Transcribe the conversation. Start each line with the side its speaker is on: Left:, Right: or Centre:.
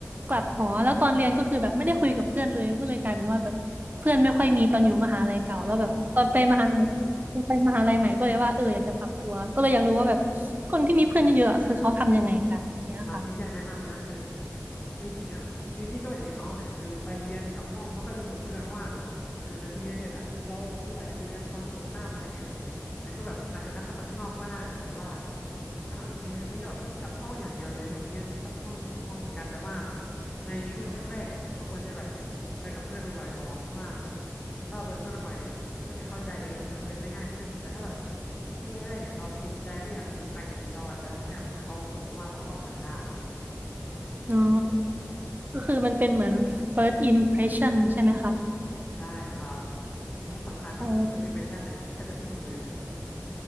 Right: กลับหอแล้วตอนเรียนก็คือแบบไม่ได้คุยกับเพื่อนเลยก็เลยกลายเป็นว่าแบบเพื่อนไม่ค่อยมีตอนอยู่มหาลัยเก่าแล้วแบบตอนไปมหาลัยตอนไปมหาลัยใหม่ก็เลยว่าเอออยากจะปรับตัวก็เลยอยากรู้ว่าแบบ
Left: อ๋อ
Right: คนที่มีเพื่อนเยอะๆอะคือเขาทำยังไงกันเนี่ยค่ะ
Left: มาพี่จะแนะนำนะคือเอาจริงๆอ่ะชีวิตพี่ก็เป็นหนึ่งน้องแหละคือไปเรียนกับห้องไม่ค่อยได้คุยกับเพื่อนเพราะว่าหนึ่งเลยคือเรียนเสร็จอ่ะเราคืออาจจะคุยกันตอนจบคาบอะไรเงี้ยแล้วก็แบบอาจจะนัดกันไปข้างนอกบ้างแต่ว่าถ้าเอาจริงส่วนใหญ่พี่ก็แบบกลับห้องอย่างเดียวเลยคือแบบเรียนเสร็จกลับห้องเรียนเสร็จกลับห้องเหมือนกันแต่ว่าในช่วงแรกๆอ่ะเราควรจะแบบไปกับเพื่อนบ่อยๆก่อนเพราะว่าถ้าเราไปกับเพื่อนบ่อยๆเนี่ยเพื่อนจะเข้าใจเองเราจะคุยกันได้ง่ายขึ้นแต่ถ้าแบบ ช่วงแรกๆเนี่ยเราปิดใจไม่อยากคุยกับใครเนี่ยเราอาจจะทำให้แบบเขารู้สึกว่าเราเข้าหายาก
Right: อ๋อก็คือมันเป็นเหมือน first impression ใช่ไหมคะ
Left: ใช่ครับคือมันสำคัญนะ
Right: อ๋อ
Left: first impression เนี่ยแทบจะที่สุดเลยแหละ